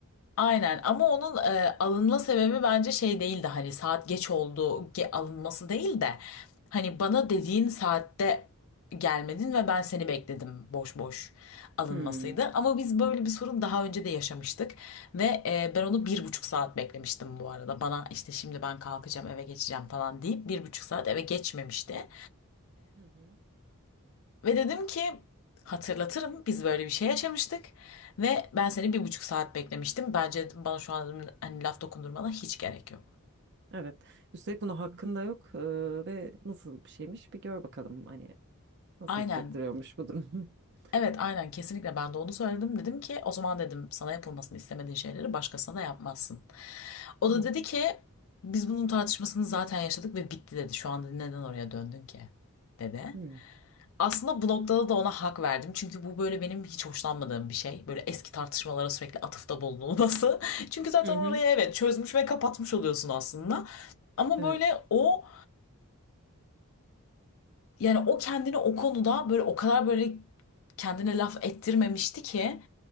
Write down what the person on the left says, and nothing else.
Aynen ama onun e, alınma sebebi bence şey değildi hani saat geç oldu ge- alınması değil de hani bana dediğin saatte gelmedin ve ben seni bekledim boş boş alınmasıydı.
Ama biz böyle bir sorun daha önce de yaşamıştık ve e, ben onu bir buçuk saat beklemiştim bu arada bana işte şimdi ben kalkacağım eve geçeceğim falan deyip bir buçuk saat eve geçmemişti.
Ve dedim ki hatırlatırım biz böyle bir şey yaşamıştık ve ben seni bir buçuk saat beklemiştim. Bence bana şu an dedim, hani laf dokundurmana hiç gerek yok.
Aynen.
Evet aynen kesinlikle ben de onu söyledim. Dedim ki o zaman dedim sana yapılmasını istemediğin şeyleri başkasına da yapmazsın. O
da
dedi ki biz bunun tartışmasını zaten yaşadık ve bitti dedi. Şu anda neden oraya döndün ki? dedi.
Aslında bu noktada da ona hak verdim. Çünkü bu böyle benim hiç hoşlanmadığım bir şey. Böyle eski tartışmalara sürekli atıfta bulunulması. <laughs> Çünkü zaten
orayı evet çözmüş ve kapatmış oluyorsun aslında. Ama
böyle o yani o kendini o konuda böyle o kadar böyle kendine laf ettirmemişti ki